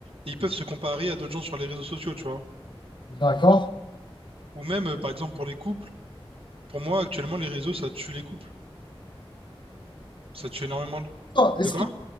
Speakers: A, on the right; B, on the left.
A: et ils peuvent se comparer à d'autres gens sur les réseaux sociaux, tu vois.
B: D'accord.
A: Ou même, euh, par exemple, pour les couples. Pour moi, actuellement, les réseaux, ça tue les couples. Ça tue énormément. les-
B: Explique-toi, explique-toi
A: De quoi?